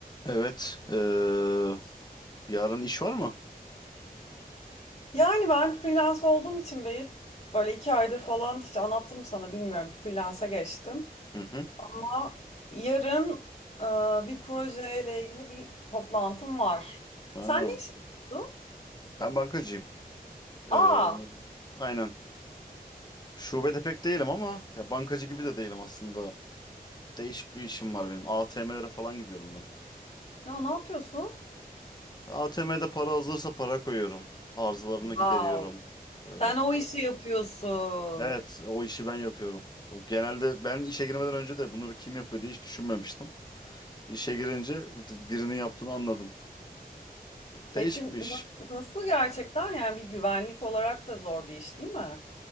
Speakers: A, on the left; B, on the left.
A: Evet. eee, yarın iş var mı?
B: Yani ben freelance olduğum için Beyit böyle iki aydır falan hiç anlattım mı sana bilmiyorum freelance'e geçtim.
A: Hı hı.
B: Ama yarın e, bir projeyle ilgili bir toplantım var.
A: Ha,
B: Sen ne iş yapıyorsun?
A: ben bankacıyım. Eee,
B: Aa,
A: aynen. Şubede pek değilim ama ya bankacı gibi de değilim aslında. Değişik bir işim var benim. ATM'lere falan gidiyorum ben.
B: ya ne yapıyorsun?
A: ATM'de para hazırsa para koyuyorum. Arızalarını
B: Wow.
A: gideriyorum. Eee,
B: Sen o işi yapıyorsun.
A: evet, o işi ben yapıyorum. O Genelde ben işe girmeden önce de bunları kim yapıyor diye hiç düşünmemiştim. İşe girince birinin yaptığını anladım.
B: Peki
A: Değişik bir iş.
B: na- nasıl gerçekten yani bir güvenlik olarak da zor bir iş değil mi?